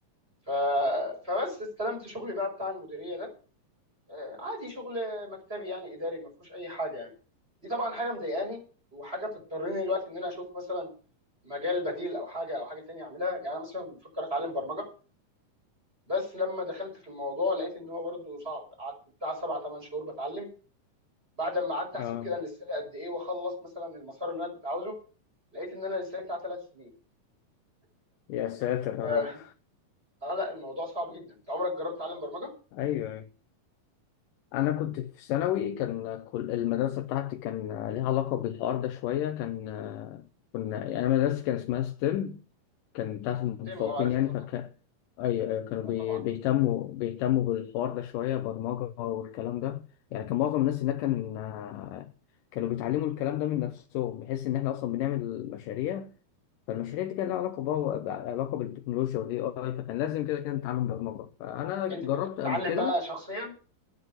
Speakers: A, on the right (about 15°); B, on the left (about 75°).
A: ف... فبس استلمت شغلي بقى بتاع المديريه ده آه، عادي شغل مكتبي يعني اداري ما فيهوش اي حاجه يعني دي طبعا حاجه مضايقاني وحاجه بتضطرني دلوقتي ان انا اشوف مثلا مجال بديل او حاجه او حاجه تانية اعملها يعني انا مثلا بفكر اتعلم برمجه بس لما دخلت في الموضوع لقيت ان هو برضه صعب قعدت بتاع سبع ثمان شهور بتعلم بعد ما قعدت احسب
B: اه
A: كده انا لسه لي قد ايه واخلص مثلا المسار اللي انا كنت عاوزه لقيت ان انا لسه لي بتاع ثلاث سنين
B: يا ساتر
A: فانت <laughs>
B: يا رب
A: اه لا الموضوع صعب جدا انت عمرك جربت تعلم برمجه؟
B: ايوه ايوه انا كنت في ثانوي كان كل- المدرسه بتاعتي كان ليها علاقه بالحوار ده شويه كان كنا يعني انا مدرستي كان اسمها ستيم كان بتاعت المتفوقين
A: تم اه عارفها
B: يعني
A: طبعا
B: فكان اي كانوا
A: اه
B: بي-
A: طبعا
B: بيهتموا بيهتموا بالحوار ده شويه برمجه والكلام ده يعني كان معظم الناس هناك كان آه، كانوا بيتعلموا الكلام ده من نفسهم بحيث ان احنا اصلا بنعمل مشاريع فالمشاريع دي كان لها علاقه بقى علاقه بالتكنولوجيا والاي اي فكان لازم كده كده نتعلم برمجه فانا جربت
A: انت كنت بتتعلم
B: قبل كده
A: بقى شخصيا